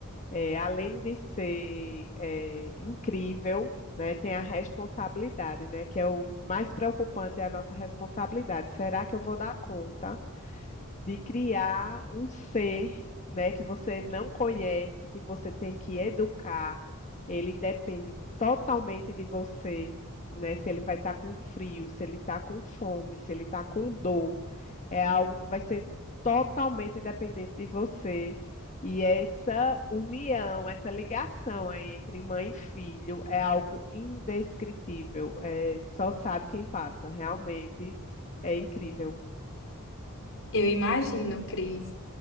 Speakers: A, on the left; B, on the left.
A: É, além de ser é, incrível, né, tem a responsabilidade, né, que é o mais preocupante, é a nossa responsabilidade. Será que eu vou dar conta? de criar um ser, né, que você não conhece, que você tem que educar. Ele depende totalmente de você, né? Se ele vai estar com frio, se ele está com fome, se ele está com dor, é algo que vai ser totalmente dependente de você. E essa união, essa ligação aí entre mãe e filho é algo indescritível. É, só sabe quem passa. Realmente é incrível.
B: Eu imagino, Cris.